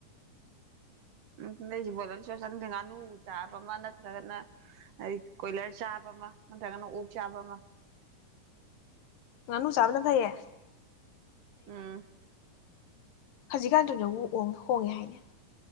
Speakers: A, on the right; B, on the left.
A: ꯎꯝꯗꯩꯁꯦ ꯕꯣꯇꯜ ꯁꯁꯟꯗ ꯉꯥꯅꯨ ꯆꯥꯕ ꯑꯃ ꯅꯠꯇ꯭ꯔꯒꯅ ꯀꯣꯏꯂꯔ ꯆꯥꯕ ꯑꯃ ꯅꯠꯇ꯭ꯔꯒꯅ ꯑꯣꯛ ꯆꯥꯕ ꯑꯃ
B: ꯃꯥꯅꯨ ꯆꯥꯕꯅ ꯐꯩꯌꯦ
A: ꯑꯝ
B: ꯍꯧꯖꯤꯛꯀꯥꯟꯗꯨꯗꯕꯨꯣꯡ ꯍꯣꯡꯉꯦ ꯍꯥꯏꯅꯤ